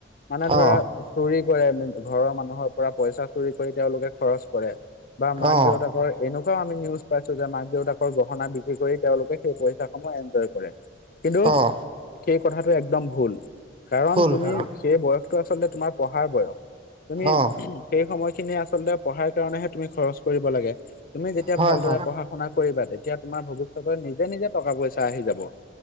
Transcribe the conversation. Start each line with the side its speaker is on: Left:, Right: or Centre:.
Left: মানে ধৰা,
Right: অ
Left: চুৰি কৰে ঘৰৰ মানুহৰ পৰা পইচা চুৰি কৰি তেওঁলোকে খৰচ কৰে। বা মাক-দেউতাকৰ
Right: অ
Left: এনেকুৱাও আমি নিউজ পাইছো যে মাক-দেউতাকৰ গহনা বিক্ৰী কৰি তেওঁলোকে সেই পইচা সমূহ এনজয় কৰে। কিন্তু-
Right: অ অ
Left: সেই কথাটো একদম ভুল, কাৰণ
Right: হ'ল
Left: তুমি
Right: হ'ল
Left: সেই বয়সটো আচলতে তোমাৰ পঢ়াৰ বয়স। তুমি
Right: অঁ
Left: সেই সময়খিনি আচলতে পঢ়াৰ কাৰণেহে তুমি খৰচ কৰিব লাগে। তুমি যেতিয়া
Right: হয়
Left: ভালদৰে
Right: হয়
Left: পঢ়া-শুনা কৰিবা তেতিয়া তোমাৰ ভৱিষ্যতলৈ নিজে-নিজে টকা পইচা আহি যাব।